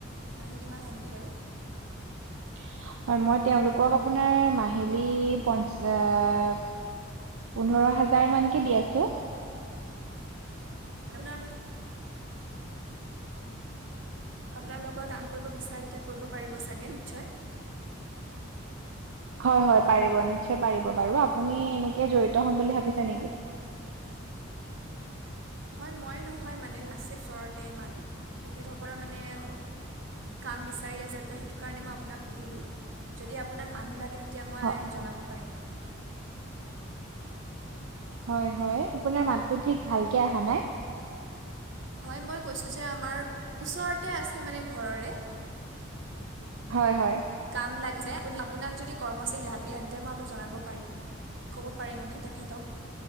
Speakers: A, on the right; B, on the right.
A: মাহেতিী ইমান সন্ন্দি বাৰু <unintelligible>
B: উ <unintelligible> হয় মই তেওঁলোকক আপোনাৰ মাহিলী পঞ্চা পোন্ধৰ হাজাৰ মানকে দি আছো।
A: াল <unintelligible> আপোনাৰ লগত কাম কৰিব বিচাৰে এতিয়া কৰিব পাৰিব চাগে নিশ্চয়।
B: হয়, হয় পাৰিব নিশ্চয় পাৰিব বাৰু, আপুনি এনেকৈ জড়িত হ'ম বুলি ভাবিছে নেকি?
A: হয় মই নহয় মানে মোৰ ওচৰতে মানুহ তেখেতসকলৰ মানে <unintelligible> এতিয়া মই
B: হ
A: জনাব পাৰিম।
B: হয়, হয় আপোনাৰ মাতটো ঠিক ভালকে অহা নাই।
A: হয় মই কৈছো যে আমাৰ ওচৰতে আছে মানে ঘৰৰে
B: হয়, হয়।
A: <unintelligible> আপোনাক যদি কৰ্মচাৰী লাগে তে জনাব পাৰিম। ক'ব পাৰি মানে তেখেতক